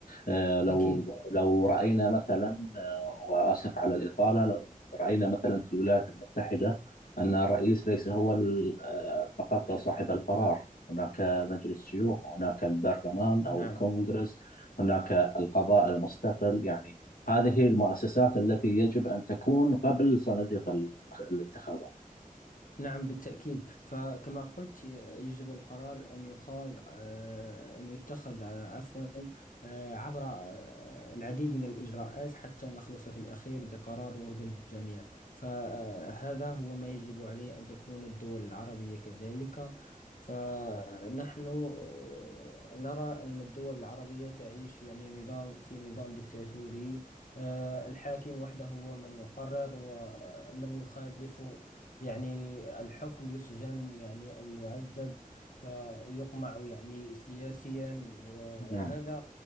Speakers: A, on the left (about 80°); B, on the left (about 65°).
A: آه، لو
B: أكيد
A: لو رأينا مثلا آه، وآسف على الإطالة لو رأينا مثلا في الولايات المتحدة أن الرئيس ليس هو ال- آه، فقط صاحب القرار هناك مجلس شيوخ وهناك البرلمان أو
B: نعم
A: الكونغرس هناك القضاء المستقل يعني هذه المؤسسات التي يجب أن تكون قبل صناديق ال- الانتخابات
B: نعم بالتأكيد فكما قلت ي- يجب القرار أن يخاض آه، أن يتخذ آه، عفوا آه، عبر آه، العديد من الإجراءات حتى نخلص في الأخير بقرار يرضي الجميع فهذا هو ما يجب عليه أن تكون الدول العربية كذلك فنحن آه، نرى أن الدول العربية تعيش يعني نظام في نظام ديكتاتوري آه، الحاكم وحده هو من يقرر ومن يخالف يعني الحكم يسجن يعني أو يعذب فيقمع يعني سياسيا و-
A: نعم
B: وهذا